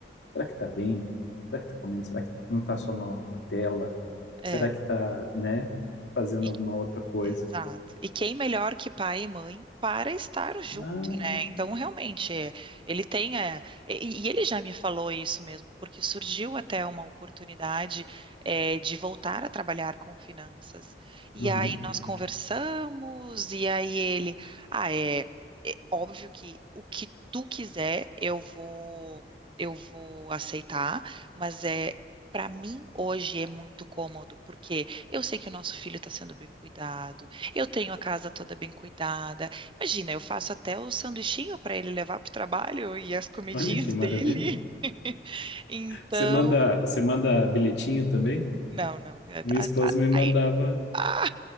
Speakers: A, on the left; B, on the right.
A: Será que está bem? Será que está comendo? Será que não está só no- na tela? Será
B: é,
A: que está, né, fazendo
B: e-
A: alguma outra coisa?
B: exato. E quem melhor que pai e mãe para estar
A: Não.
B: né? Então, realmente, é, ele tem. é, e, e ele já me falou isso mesmo, porque surgiu até uma oportunidade, é, de voltar a trabalhar com finanças. E
A: Uhum.
B: aí nós conversamos, e aí ele. Ah, é, é óbvio que o que tu quiser, eu vou, eu vou aceitar, mas é. Para mim, hoje é muito cômodo, porque eu sei que o nosso filho está sendo bem cuidado, eu tenho a casa toda bem cuidada, Imagina, eu faço até o sanduichinho para ele levar para o trabalho e as comidinhas
A: Olha que maravilha.
B: dele. <laughs> Então,
A: Você manda, você manda bilhetinho também?
B: não, não. é, tá-
A: Minha esposa
B: tá-
A: me mandava,
B: ai, ah,